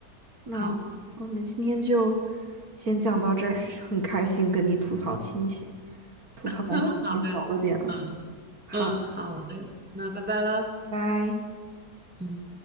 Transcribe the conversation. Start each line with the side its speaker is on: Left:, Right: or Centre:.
Right: 那我们今天就
Centre: 好。
Right: 先讲到这儿，很开心跟你吐槽亲戚，吐槽完也好了点了。
Centre: <laughs> 嗯，好的，嗯
Right: 好，
Centre: 嗯，好的，那拜拜了，
Right: 拜。
Centre: 嗯。